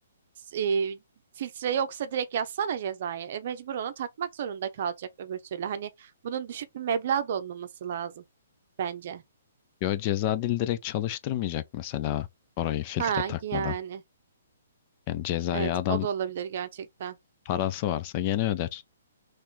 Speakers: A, on the right; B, on the left.
A: S- e, filtre yoksa direkt yazsana cezayı. E, mecbur onu takmak zorunda kalacak öbür türlü. Hani bunun düşük bir meblağ da olmaması lazım bence.
B: Yo ceza dil direkt çalıştırmayacak mesela orayı filtre
A: Ha
B: takmadan.
A: yani.
B: Yani cezayı
A: Evet
B: adam
A: o da olabilir gerçekten.
B: parası varsa gene öder.